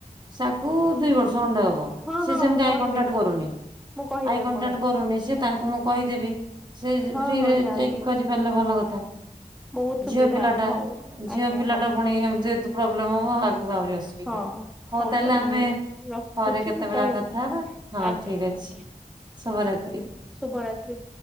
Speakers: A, on the right (about 30°); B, in the centre.
A: ସାକୁ ଦୁଇ ବର୍ଷ ଖଣ୍ଡେ ହବ
B: ହଁ
A: ସିଏ
B: ହଁ
A: ସେମତି
B: ମୁଁ
A: ଆଇ
B: କହିବି
A: କଣ୍ଟାକ୍ଟ କରୁନି।
B: ମୁଁ କହିବି
A: ଆଇ କଣ୍ଟାକ୍ଟ
B: ଆପଣଙ୍କୁ
A: କରୁନି ସିଏ ତାଙ୍କୁ ମୁ ଦେବି ସେ
B: ହଁ
A: ଫ୍ରିରେ
B: ହଁ ଯାଆନ୍ତୁ।
A: ଯାଇକି କରିପାରିଲେ ଭଲ କଥା।
B: ବହୁତ ସୁବିଧା
A: ଝିଅ ପିଲାଟା
B: ହଉ
A: ଝିଅ
B: ଆଜ୍ଞା
A: ପିଲାଟା
B: ହଉ
A: ପୁଣି ଏମିତି ଯଦି ପ୍ରୋବ୍ଲେମ ହବ ଆଗକୁ ଆହୁରି ଅସୁ ବିଦା
B: ହଁ।
A: ହଉ ତାହେଲେ ଆମେ
B: ମୁଁ ରଖୁଛି
A: ପରେ କେତେବେଳେ
B: ମୁଁ କହିବି
A: କଥା ହବା ହଁ
B: ଆବେ
A: ଠିକ ଅଛି।
B: ଆଜ୍ଞା
A: ଶୁଭରାତ୍ରି।
B: ଶୁଭରାତ୍ରି।